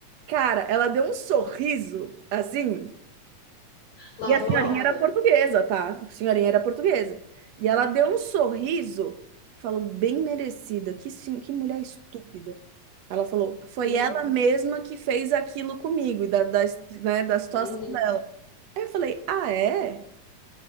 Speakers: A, on the right; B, on the left.
A: cara, ela deu um sorriso, assim,
B: Lavou
A: e a senhorinha
B: a alma
A: era
B: dela.
A: portuguesa, tá? A senhorinha era portuguesa. E ela deu um sorriso, falou, bem merecida, que sim, que mulher estúpida. Ela falou, foi
B: Uhum.
A: ela mesma que fez aquilo comigo, e da, da, né, da situação.
B: Uhum.
A: Aí eu falei, ah, é?